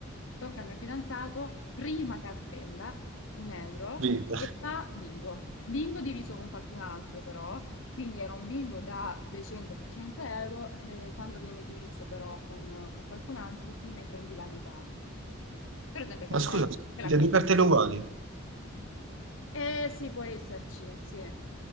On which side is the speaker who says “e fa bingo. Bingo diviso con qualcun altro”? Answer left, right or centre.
Left